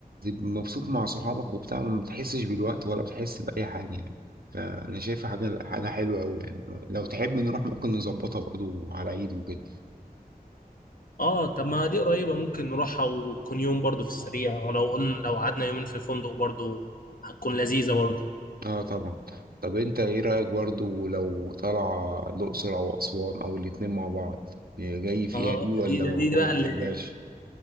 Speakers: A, on the right; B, on the left.
A: مبسوط مع صحابك وبتاع ما بتحسش بالوقت ولا بتحس بأي حاجة يعني فأنا شايفها حاجة حاجة حلوة أوي يعني لو تحب نروح ممكن نظبطها برضو على عيد وكده
B: اه طب ما دي قريبة ممكن نروحها وتكون يوم برضو في السريع ولو قلنا لو قعدنا يومين في فندق برضو هتكون لذيذة برضو
A: اه طبعا طب انت ايه رأيك برضو لو طالعة الأقصر أو أسوان أو الاتنين مع بعض جاي فيها
B: اه
A: دي
B: ده
A: ولا
B: دي
A: ولا
B: ده دي بقى اللي
A: بتحبهاش؟